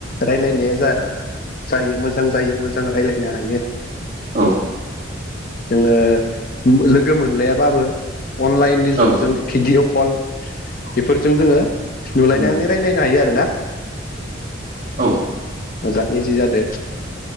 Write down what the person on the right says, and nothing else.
औ
औ
उम
औ